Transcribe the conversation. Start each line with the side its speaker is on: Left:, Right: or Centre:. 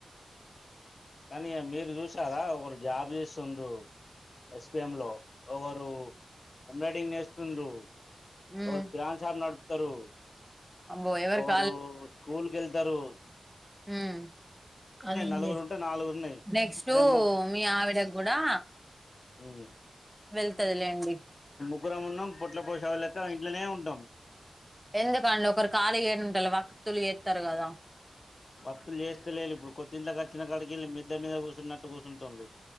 Left: కానీ ఇగ మీర్ చూసారా ఒకడ్ జాబ్ చే స్ స్తుండ్రు ఎస్పిిఎం లో ఓవ డు ఎబ్రాయిడరింగ్ నేస్తుండు
Centre: ఉమ్
Left: ఓర్ కిరాణ్ షాప్ నడ్ తరూ
Centre: అబ్బో ఎవరికి
Left: ఒకరు స్కూల్ కెల్ ఇద్దరూ
Centre: మ్మ్
Left: నలుగురు ఉంటే నాలుగు ఉన్నాయి
Centre: నెక్స్ట్
Left: మేము
Centre: మీ ఆవిడకి కూడా
Left: మ్మ్ హ్మ్
Centre: వెళ్తాది లేండి
Left: ముగ్గురం ఉన్నాం పొట్ల పోంసెలెక్క ఇంట్లోనే ఉం త్తమ్
Centre: ఎందుకండి ఒకరు ఖాళీ గా ఎమ్ ఉండాలి వకత్తులు చేస్తారు కదా
Left: వత్తులు చేస్తాలేదు ఇప్పుడు కొత్తింట్లొకి వచ్చిన కాడికి వెళ్ళి మిద్ద మీద కూర్చున్నట్టు కూర్చుంటుండు